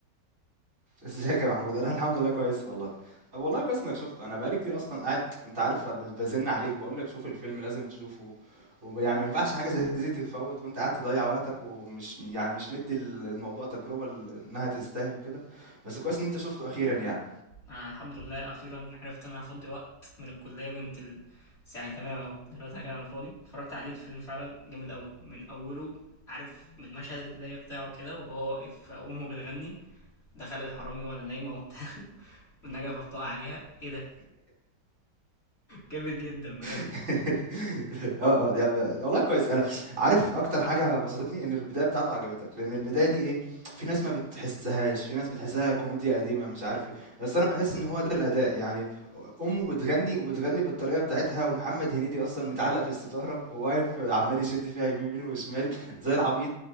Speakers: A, on the right (about 45°); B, on the left (about 35°).
A: ازيك يا محمود انا الحمد لله كويس والله طب والله كويس انك شفته انا بقالي كتير اصلا قاعد انت عارف ب- بزن عليك بقول لك شوف الفيلم لازم تشوفه ويعني ما ينفعش حاجه زي دي تتفوت وانت قاعد تضيع وقتك ومش يعني مش مدي الموضوع تجربه ل- انها تستاهل وكده بس كويس ان انت شفته اخيرا يعني
B: أنا الحمد لله اخيرا عرفت ان انا هفضي وقت من الكليه بنت ال... ساعة تمام اهو دلوقتي كده انا فاضي اتفرجت عليه الفيلم فعلا جامد قوي من اوله عارف من مشهد البدايه بتاعه كده وهو واقف امه بتغني دخل الحرامي وانا نايمه وبتاع <laughs> والنجفه بتقع عليها ايه ده جامد جدا بجد
A: <laughs> آه، آه، ده ب والله كويس. أنا عارف أكتر حاجة بسطتني، إن البداية بتاعته عجبتك، لإن البداية دي إيه، في ناس ما بتحسّهاش، في ناس بتحسّها كوميديا قديمة مش عارف إيه، بس أنا باحس إن هو ده الأداء، يعني أ أمه بتغنّي وبتغنّي بالطريقة بتاعتها ومحمد هنيدي أصلًا متعلّق في الستارة وواقف عمّال يشِد فيها يمين وشمال زي العبيط.